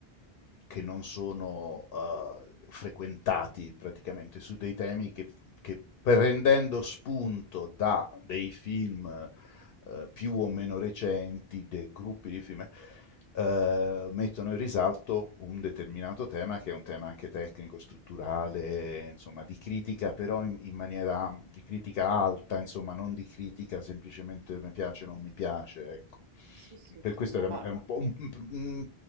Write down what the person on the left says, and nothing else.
che non sono eh, frequentati praticamente su dei temi che, che prendendo spunto da dei film eh, più o meno recenti, dei gruppi di film, eh, mettono in risalto un determinato tema che è un tema anche tecnico, strutturale, insomma di critica, però in, in maniera di critica alta, insomma non di critica semplicemente mi piace o non mi piace, ecco
per
questo
era
è un po' un- un-